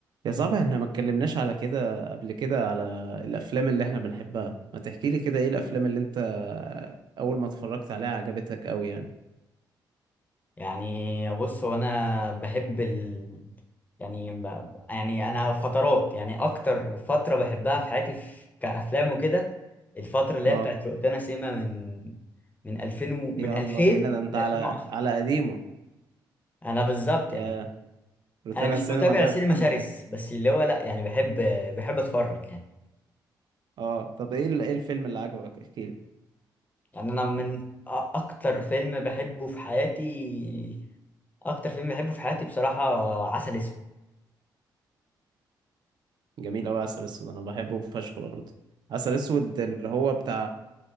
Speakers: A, on the right; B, on the left.
A: يا صاحبي احنا ما اتكلمناش على كده قبل كده على الافلام اللي احنا بنحبها ما تحكي لي كده ايه الافلام اللي انت اول ما اتفرجت عليها عجبتك قوي يعني
B: يعني بص هو انا بحب ال... يعني ب- يعني انا فترات يعني اكتر فتره بحبها في حياتي في... كافلام وكده الفتره اللي
A: اه
B: هي بتاعت روتانا سيما من من 2000 و... من
A: يلا
B: 2000
A: بينا ده انت
B: ل
A: على
B: 2010
A: على قديمه
B: انا بالظبط
A: يا
B: يعني
A: روتانا
B: انا مش
A: السينما
B: متابع
A: جامده
B: سينما شرس بس اللي هو لا يعني بحب بحب اتفرج يعني
A: اه طب ايه ال- ايه الفيلم اللي عجبك احكي لي
B: يعني انا من أ- اكتر فيلم بحبه في حياتي اكتر فيلم بحبه في حياتي بصراحه عسل اسود
A: جميل قوي عسل اسود انا بحبه فشخ برضه عسل اسود اللي هو بتاع